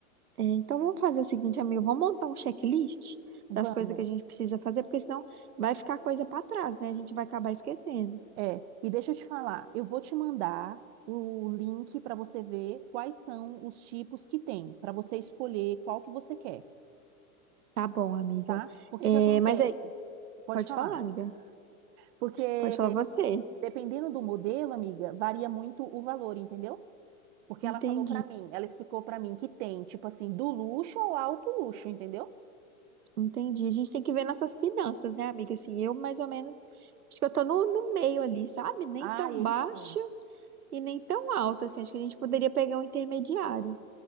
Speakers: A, on the right (about 90°); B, on the right (about 50°).
A: É, então vamos fazer o seguinte, amigo, vamos montar um checklist das
B: Vamos.
A: coisas que a gente precisa fazer, porque senão vai ficar coisa pra trás, né? A gente vai acabar esquecendo.
B: É, e deixa eu te falar, eu vou te mandar o link para você ver quais são os tipos que tem, para você escolher qual que você quer,
A: Tá bom, amiga.
B: tá? Porque
A: É,
B: o que acontece?
A: mas aí,
B: Pode
A: pode
B: falar.
A: falar, amiga.
B: Porque
A: Pode falar você.
B: Dependendo do modelo, amiga, varia muito o valor, entendeu? Porque
A: Entendi.
B: ela falou pra mim, ela explicou pra mim que tem, tipo assim, do luxo ao alto luxo, entendeu?
A: Entendi. A gente tem que ver nossas finanças, né, amiga? Assim, eu mais ou menos, acho que eu tô no, no meio ali, sabe? Nem
B: Ah,
A: tão
B: e
A: baixo
B: então.
A: e nem tão alto, assim. Acho que a gente poderia pegar um intermediário.